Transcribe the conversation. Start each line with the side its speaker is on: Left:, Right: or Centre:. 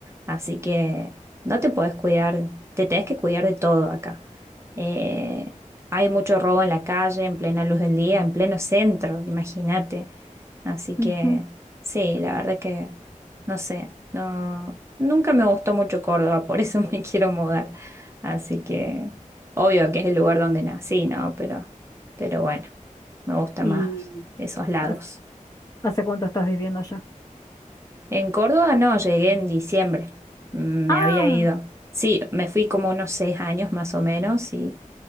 Right: Así que no te podés cuidar, te tenés que cuidar de todo acá. Eh, hay mucho robo en la calle, en plena luz del día, en pleno centro, imagínate. Así
Left: Ujú.
Right: que sí, la verdad que no sé, no, nunca me gustó mucho Córdoba, por eso <laughs> me quiero mudar. Así que obvio que es el lugar donde nací, ¿no? Pero, pero bueno, me gusta
Left: ¿Y
Right: más esos lados.
Left: has- hace cuánto estás viviendo allá?
Right: En Córdoba no, llegué en diciembre, me
Left: Ah,
Right: había ido. Sí, me fui como unos seis años más o menos y,